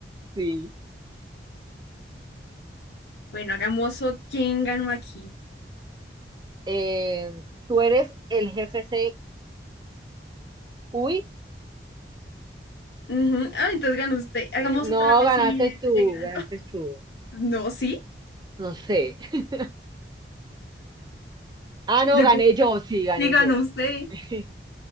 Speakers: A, on the right (about 25°); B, on the left (about 70°).
A: Sí.
B: Bueno, hagamos otro. ¿Quién ganó aquí?
A: Eh, ¿tú eres el jefe C? Uy.
B: Ujú. Ah, entonces ganó usted. Hagamos
A: eh, No,
B: otra vez
A: ganaste
B: si
A: tú,
B: le ganó.
A: ganaste
B: <laughs>
A: tú.
B: No, sí.
A: No sé. <laughs> Ah, no,
B: Yo
A: gané
B: creo
A: yo, sí, gané
B: Digan
A: yo.
B: usted.
A: <laughs>